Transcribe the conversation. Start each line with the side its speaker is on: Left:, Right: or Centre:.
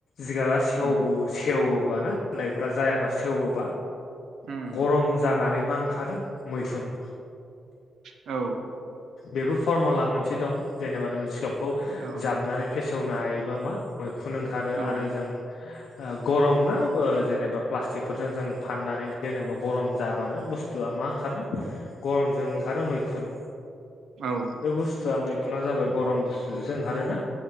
Left: जिगाबा सेवबो-सेवोबा
Right: उम
Left: ना होनायफ्रा जायाबा सेवोबा
Right: उम
Left: गरम जानानै मा ओंखारो मैखुन
Right: औ
Left: बेबो फरम'ला मोनसे दं जेनेबा नों जिगाबखौ
Right: औ
Left: जाबनानै फेसेवनो हायोबा मा मैखुन ओंखारो
Right: औ
Left: आरो जों ओ गरम ना ओ जेनेबा प्लास्टिकफोरजों जों फाननानै दोनोबा गरम जाबानो बुस थुआ मा ओंखारो गरमजों ओंखारो मैखुन
Right: औ
Left: बे बुस्थुआ मैखुना जाबाय गरम बुस्थुजोंसो ओंखारोना